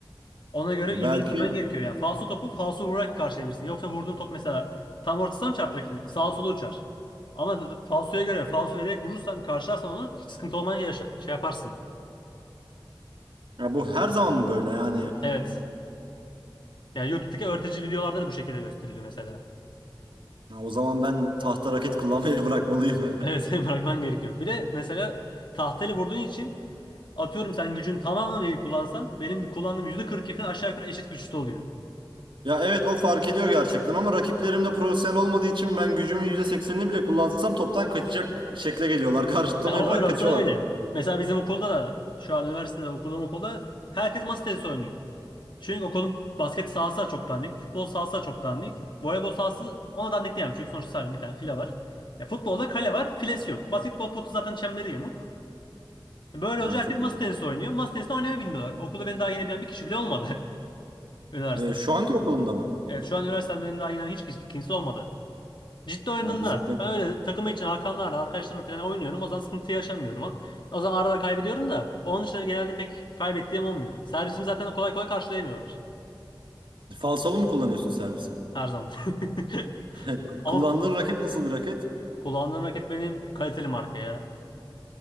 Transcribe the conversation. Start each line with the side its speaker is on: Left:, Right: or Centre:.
Left: Ona göre
Right: belki
Left: ivmeyi vermen gerekiyor yani Falso topu falso vurarak karşılayabilirsin. Yoksa vurduğun top mesela tam ortasına mı çarpacak? Sağa sola uçar. Ama falsoya göre falso vererek vurursan karşılarsan onu hiç sıkıntı olman ya şey yaparsın.
Right: Ya bu her zaman mı böyle yani?
Left: Evet. Yani YouTube'daki öğretici videolarda da bu şekilde gösteriliyor mesela.
Right: Ya o zaman ben tahta raket kullanmayı <laughs> bırakmalıyım.
Left: Evet
Right: <laughs>
Left: <laughs> senin bırakman gerekiyor. Bir de mesela tahtayla vurduğun için atıyorum sen gücün tamamını değil kullansan benim kullandığım %42'den aşağı yukarı eşit güçte oluyor.
Right: Ya evet o fark ediyor gerçekten ama rakiplerim de profesyonel olmadığı için ben gücümün yüzde seksenini bile kullansam toptan kaçacak şekle geliyorlar. <laughs> Karşılamayı
Left: Ya, o
Right: bırak
Left: öyle olsa
Right: kaçıyorlar
Left: öyle.
Right: toptan.
Left: Mesela bizim okulda da şu an üniversitede okuduğum okulda herkes masa tenisi oynuyor. Çünkü okulun basket sahası da çok dandik. Futbol sahası da çok dandik. Voleybol sahası ona dandik diyemem. Çünkü sonuçta sadece bir tane file var. Ya futbolda kale var, filesi yok. Basketbol potu zaten çemberi yamuk. Böyle
Right: Ha
Left: önce herkes
Right: çok
Left: masa
Right: kötü.
Left: tenisi oynuyor. Masa tenisi de oynamayı bilmiyorlar. Okulda beni daha yenebilen bir kişi bile olmadı <laughs> üniversitede.
Right: E, şu anki okulunda mı?
Left: Evet şu an üniversiteden beni daha yenen hiç kimse, kimse olmadı. Ciddi oynadığında
Right: Ha, bizim te-
Left: ben öyle takımı için Hakanlarla, arkadaşlarımla falan oynuyorum. O zaman sıkıntı yaşamıyorum. O zaman ara ara kaybediyorum da onun dışında genelde pek kaybettiğim olmuyor. Servisimi zaten kolay kolay karşılayamıyorlar
Right: falsolu mu kullanıyorsun servisi?
Left: her zaman. <laughs>
Right: <laughs>
Left: Ama
Right: Kullandığın raket nasıl bir raket?
Left: Kullandığım raket benim kaliteli marka ya.